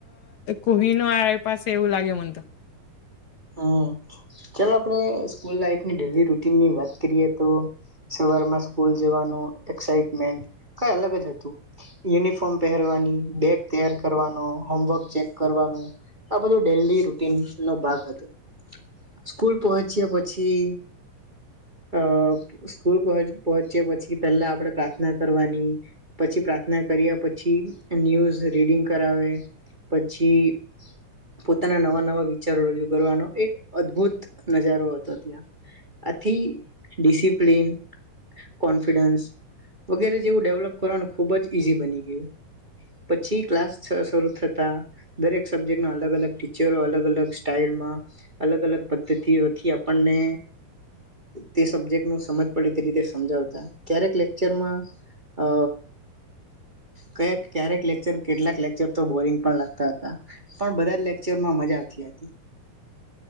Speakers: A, on the left; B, on the right.
A: કોહિનો પાસે એવું લાગે મને તો
B: હમ ચાલો આપણે સ્કૂલ લાઈફની ડેલી રૂટીનની વાત કરીએ તો સવારમાં સ્કૂલ જવાનું એક્સાઈટમેન્ટ કઈ અલગ જ હતું યુનિફોર્મ પહેરવાની બેગ તૈયાર કરવાનો હોમવર્ક ચેક કરવાનું આ બધું ડેલી રુટીન નો ભાગ હતો સ્કૂલ પહોંચ્યા પછી અ સ્કૂલ પ પહોચ્યા પછી પહેલા આપણેે પ્રાર્થના કરવાની પછી પ્રાર્થના કર્યા પછી ન્યૂઝ રીડિંગ કરાવે પછી પોતાના નવા નવા વિચારો રજૂ કરવાનો એક અદભુત નજારો હતો ત્યાં આથી ડિસિપ્લિન કોન્ફિડન્સ વગેરે જેવું ડેવલપ કરવાનું ખૂબ જ ઈઝી બની ગયું પછી ક્લાસ શરૂ થતા દરેક સબ્જેક્ટના અલગ અલગ ટીચરો અલગ અલગ સ્ટાઈલમાં અલગ અલગ પદ્ધતિઓથી આપણને તે સબ્જેક્ટ નું સમજ પડે તે રીતે સમજાવતા ક્યારેક લેક્ચરમાં અ કયેક ક્યારેક લેક્ચર કેટલાક લેક્ચર તો બોરિંગ પણ લાગતા હતા પણ બધા જ લેક્ચરમાં મજા આવતી હતી